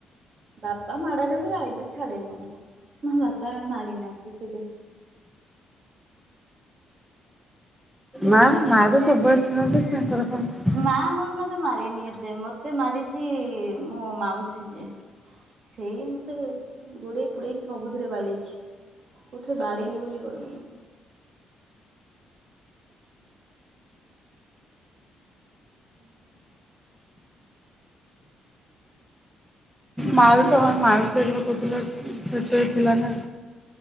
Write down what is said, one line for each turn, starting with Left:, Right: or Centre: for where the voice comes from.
Right: ବାପା ମାଡରେ ବି ରାଇଜ ଛାଡେନି ମୁଁ, ମୋ ବାପା ମାରି ନାହାନ୍ତିି କେବେ।
Centre: ମା ମା ତ ସବୁବେଳ ଶୁଣନ୍ତି ତାଙ୍କର କଣ।
Right: ମା ମୋର ମୋତେ ମାରିନି ଏତେ। ମୋତେ ମାରିଛି ମୋ ମାଉସୀ ଯେ। ସେଇ ମୋତେ ଗୋଡେଇ ପୁଡେଇକି ସବୁଥିରେ ବାଡେଇଛି। କୋଉଥିରେ ବାଡେଇନି ବୋଲି କହିବୁନୁ।
Centre: ମାଉ ଓ ହଁ ମାଉସୀ ଘରେ ପା କହୁଥୁଲ ଛୋଟବେଳେ ଥିଲା ନା।